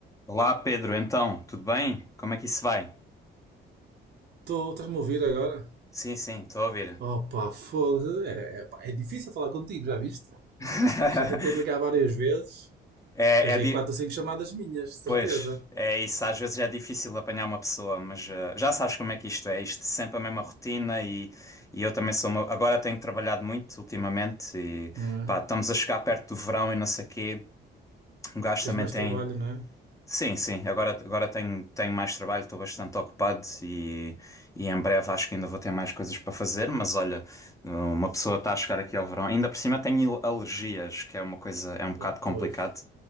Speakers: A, on the left (about 15°); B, on the right (about 55°).
A: Olá, Pedro. Então, tudo bem? Como é que isso vai?
B: Estou estás-me a ouvir agora?
A: Sim, sim, estou a ouvir.
B: Opa, pá, fogo. É, é, pá, é difícil falar contigo, já viste?
A: <laughs>
B: Já tentei ligar várias vezes.
A: É,
B: Tens
A: é
B: aí
A: di-
B: quatro ou cinco chamadas minhas, de certeza.
A: Pois, é isso. Às vezes é difícil apanhar uma pessoa, mas eh, já sabes como é que isto é. Isto é sempre a mesma rotina e, e eu também sou uma... Agora tenho trabalhado muito ultimamente e
B: Não é?
A: pá, estamos a chegar perto do verão e não sei quê. Um gajo
B: Tens
A: também
B: mais
A: tem.
B: trabalho, não é?
A: Sim, sim. Agora, agora tenho, tenho mais trabalho, estou bastante ocupado e, e em breve acho que ainda vou ter mais coisas para fazer. Mas olha, uma pessoa está a chegar aqui ao verão. Ainda por cima tenho alergias, que é uma coisa, é um bocado
B: Ah,
A: complicado.
B: pois.